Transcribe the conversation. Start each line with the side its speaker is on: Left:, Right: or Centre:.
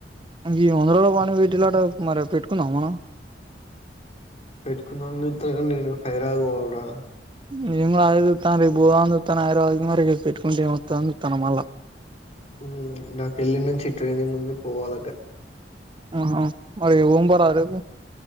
Right: ఈ వంద రోజుల పని పెట్టిలట మరి పెట్టుకుందామ మనం
Left: పెట్టుకుందామని చుత్తన్న కని నేను హైదరాబాద్ పోవాలి రా
Right: నేను గుడ అదే చూతాన రేపు పోవాలని చుతనా అని హైదరాబాద్ కి పెట్టుకుంటే ఏమోత్తంది అని చూతన మళ్ళా
Left: ఉమ్ నాక్ ఏళ్ళిన్ నుంచి ట్రైనింగ్ ఉంది పోవాలటె
Right: ఆహా మరి వంపరా రేపు